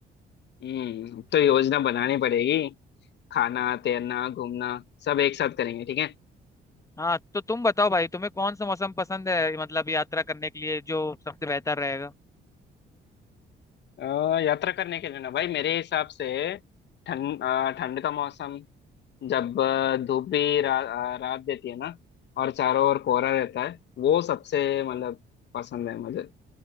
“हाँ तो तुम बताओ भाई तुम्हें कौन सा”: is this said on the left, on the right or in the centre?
Left